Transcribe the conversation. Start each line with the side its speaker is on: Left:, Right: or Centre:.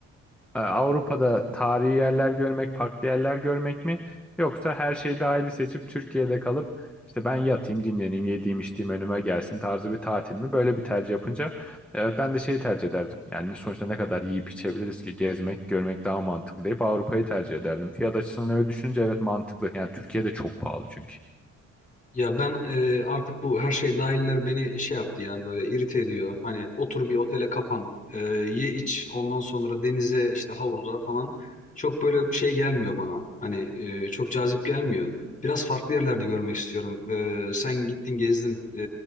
Centre: e, Avrupa'da tarihi yerler görmek, farklı yerler görmek mi? Yoksa her şeyi dahili seçip Türkiye'de kalıp işte ben yatayım, dinleneyim, yediğim, içtiğim önüme gelsin tarzı bir tatil mi? Böyle bir tercih yapınca evet ben de şeyi tercih ederdim. Yani sonuçta ne kadar yiyip içebiliriz ki gezmek, görmek daha mantıklı deyip Avrupa'yı tercih ederdim. Fiyat açısından öyle düşününce evet mantıklı. Yani Türkiye'de çok pahalı çünkü.
Left: Ya ben e, artık bu her şey dahiller beni şey yaptı ya böyle irite ediyor. Hani otur bir otele kapan, e, ye iç, ondan sonra denize işte havuza falan. Çok böyle şey gelmiyor bana. Hani e, çok cazip gelmiyor. Biraz farklı yerlerde görmek istiyorum. E, sen gittin gezdin. E,